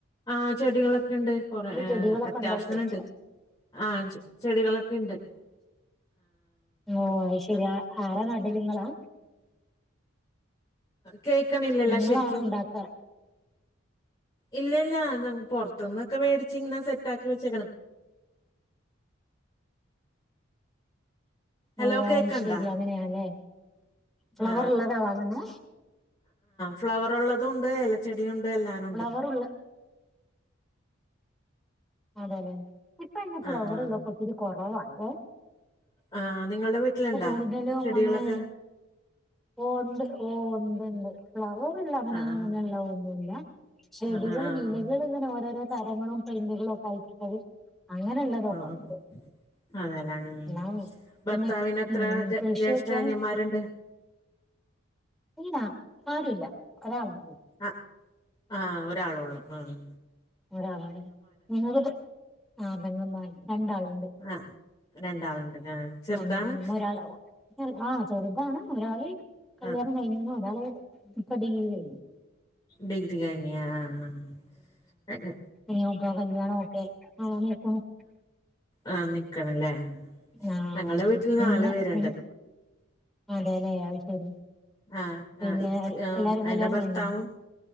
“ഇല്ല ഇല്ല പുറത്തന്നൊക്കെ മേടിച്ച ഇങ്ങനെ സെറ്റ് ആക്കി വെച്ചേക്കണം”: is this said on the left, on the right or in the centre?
Left